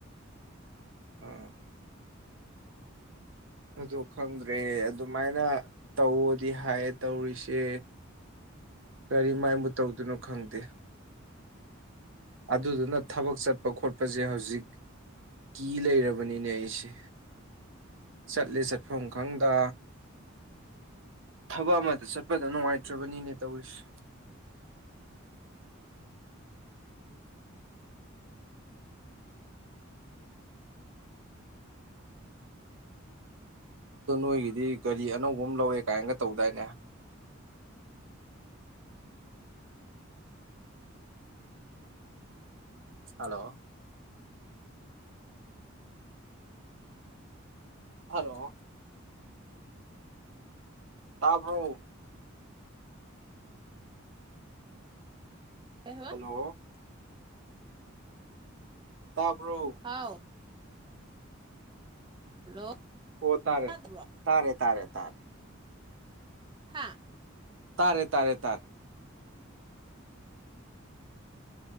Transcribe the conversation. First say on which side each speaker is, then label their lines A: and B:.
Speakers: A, on the right; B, on the right.
A: ꯑꯥ ꯑꯩꯁ‌ꯣ ꯈꯪꯗ꯭ꯔꯦ ꯑꯗꯨꯃꯥꯏꯅ ꯇꯧꯗꯤ ꯍꯥꯏꯌꯦ ꯇꯧꯔꯤꯁꯦ ꯀꯔꯤꯃꯥꯏꯕꯨ ꯇꯧꯗꯣꯏꯅꯣ ꯈꯪꯗꯦ ꯑꯗꯨꯗꯨꯅ ꯊꯕꯛ ꯆꯠꯄ ꯈꯣꯠꯄꯁꯦ ꯍꯧꯖꯤꯛ ꯀꯤ ꯂꯩꯔꯕꯅꯤꯅꯦ ꯑꯩꯁꯦ ꯆꯠꯂꯦ ꯆꯠꯐꯝ ꯈꯪꯗ ꯊꯕꯛ ꯑꯃꯗ ꯆꯠꯄꯗ ꯅꯨꯡꯉꯥꯏꯇ꯭ꯔꯕꯅꯤꯅꯦ ꯇꯧꯔꯤꯁꯦ ꯑꯗꯨ ꯅꯣꯏꯒꯤꯗꯤ ꯒꯥꯔꯤ ꯑꯅꯧꯕ ꯑꯃ ꯂꯧꯋꯦ ꯀꯥꯏꯅꯒ ꯇꯧꯗꯥꯏꯅꯦ ꯍꯜꯂꯣ ꯍꯜꯂꯣ ꯇꯥꯕꯔꯣ
B: ꯀꯩ ꯍꯥꯏꯕ
A: ꯍꯜꯂꯣ ꯇꯥꯕ꯭ꯔꯣ
B: ꯍꯥꯎ ꯍꯜꯂꯣ
A: ꯑꯣ ꯇꯥꯔꯦ
B: ꯇꯥꯗꯕ꯭ꯔꯣ
A: ꯇꯥꯔꯦ ꯇꯥꯔꯦ ꯇꯔꯦ
B: ꯍꯥꯥ
A: ꯇꯥꯔꯦ ꯇꯥꯔꯦ ꯇꯥꯔꯦ